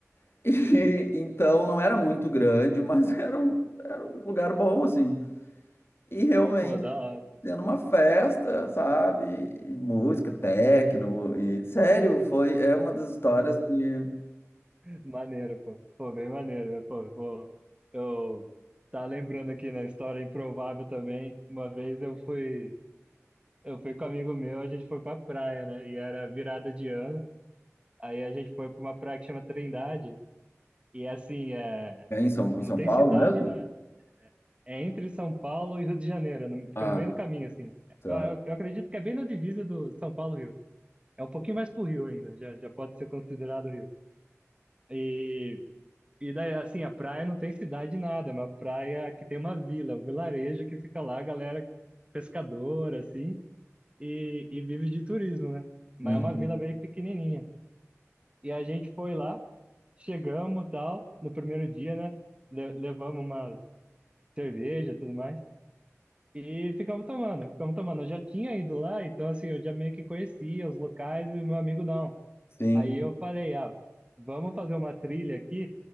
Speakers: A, on the left; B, on the right.
A: <laughs> E então não era muito grande, mas era um, era um lugar bom assim. E realmente
B: Pô, da hora.
A: tendo uma festa, sabe? E música, techno, e sério, foi é uma das histórias que
B: Maneiro, pô. Pô, bem maneiro. Pô, pô. Eu tá lembrando aqui na história improvável também. Uma vez eu fui, eu fui com um amigo meu, a gente foi pra praia, né? E era virada de ano. Aí a gente foi pra uma praia que chama Trindade. E assim, é,
A: é em São, em
B: não
A: São
B: tem
A: Paulo
B: cidade
A: mesmo?
B: nada. É entre São Paulo e Rio de Janeiro, no- fica
A: Ah,
B: no meio do caminho, assim.
A: tá.
B: Eu, eu, eu acredito que é bem na divisa do São Paulo-Rio. É um pouquinho mais pro Rio ainda, já, já pode ser considerado Rio. E E daí, assim, a praia não tem cidade nada, é uma praia que tem uma vila, um vilarejo que fica lá, a galera pescadora, assim, e, e vive de turismo, né? Mas
A: Uhum.
B: é uma vila bem pequenininha. E a gente foi lá, chegamos tal, no primeiro dia, né? Le- levamos umas cerveja e tudo mais, e ficamos tomando, ficamos tomando. Eu já tinha ido lá, então, assim, eu já meio que conhecia os locais e o meu amigo não.
A: Sim.
B: Aí eu falei, ah, vamos fazer uma trilha aqui